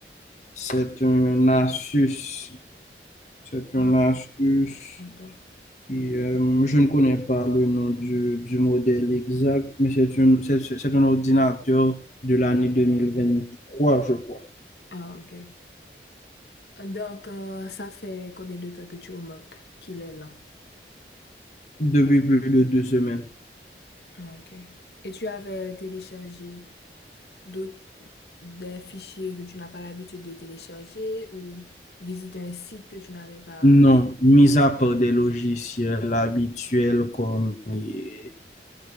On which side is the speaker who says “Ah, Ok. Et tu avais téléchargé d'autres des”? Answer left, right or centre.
Left